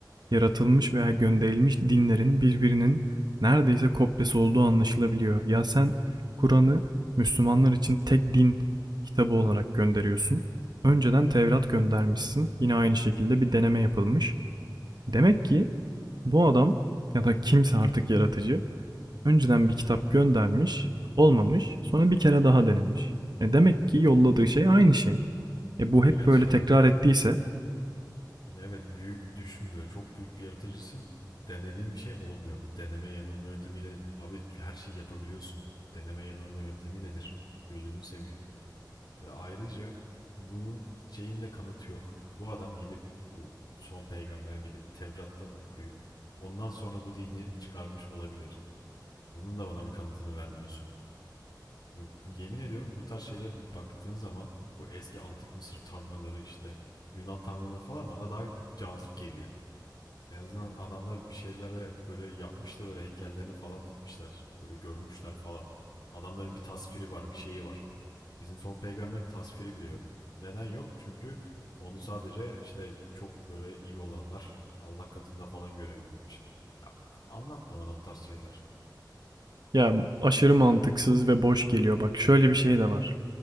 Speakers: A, on the right (about 65°); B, on the left (about 75°).
A: yaratılmış veya gönderilmiş dinlerin birbirinin neredeyse kopyası olduğu anlaşılabiliyor. Ya sen Kur'an'ı Müslümanlar için tek din kitabı olarak gönderiyorsun. Önceden Tevrat göndermişsin. Yine aynı şekilde bir deneme yapılmış. Demek ki bu adam ya da kimse artık yaratıcı önceden bir kitap göndermiş, olmamış, sonra bir kere daha denemiş. E demek ki yolladığı şey aynı şey. E bu
B: Ya
A: hep
B: gerçekten
A: böyle tekrar
B: bir de
A: ettiyse
B: evet büyük düşün böyle çok büyük bir yaratıcısın. Denediğin bir şey olmuyor. Bu deneme yanılma yöntemiyle abi her şeyi yapabiliyorsun. Deneme yanılma yöntemi nedir? Gözünü seveyim. Ve ayrıca bunun şeyinde kanıtı yok. Bu adam gidip bu son peygamber gidip Tevrat'tan okuyup ondan sonra bu dini çıkarmış olabilir. Bunun da bana bir kanıtını vermiyorsun. Ve bu- yemin ediyorum bu tarz şeylere baktığın zaman bu eski antik Mısır tanrıları işte Yunan tanrıları falan bana daha cazip geliyor. En azından adamlar bir şeylere böyle yapmış da böyle heykellerini falan dikmişler. Böyle görmüşler falan. Adamların bir tasviri var, bir şeyi var. Bizim son peygamberin tasviri bile yok. Neden yok? Çünkü onu sadece işte çok böyle iyi olanlar Allah katında falan görebilirmiş. Ya anlatma bana bu tarz şeyler.
A: Ya aşırı mantıksız ve boş geliyor. Bak şöyle bir şey de var.